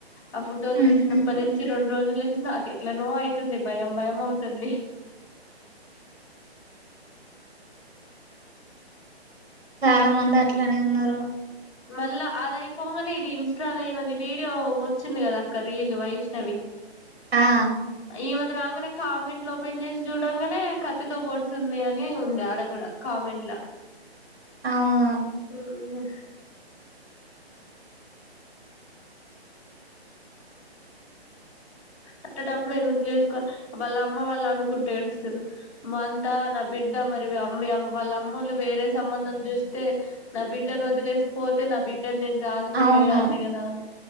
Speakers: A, on the left; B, on the right.
A: ఆ ఫోటోలు
B: ఉహు.
A: చూసినప్పటి నుంచి రెండు రోజుల నుంచి నాకు ఎట్లా నో అవుతుంది భయం భయం అవుతుంది
B: చాలా మంది అట్లా అని ఉన్నారు
A: మళ్ళా అది అయిపోగానే ఇది ఇన్స్టాలో మది వీడియో వచ్చింది కదా అక్క రీల్ వైష్ణవి
B: ఆ
A: ఈ మ రాగానే కామెంట్ లో ఓపెన్ చేసి చూడంగానే కత్తితో పోడిసింది అని ఉంది ఆడ కూడా కామెంట్ లో
B: అవును
A: ఉ అట్టటప్పుడు ఎందుకు చేసుకో వాళ్ళ అమ్మ వాళ్ళు అనుకుంటే ఏడుస్తారు మ అంతా నా బిడ్డ మరి అమ్ వాళ్ళ అమ్మలు వేరే సంబంధం చూస్తే నా బిడ్డను వదిలేసిపోతే నా బిడ్డ బిడ్డ నేను చదుకుండేదాన్ని
B: అవును
A: కదా అని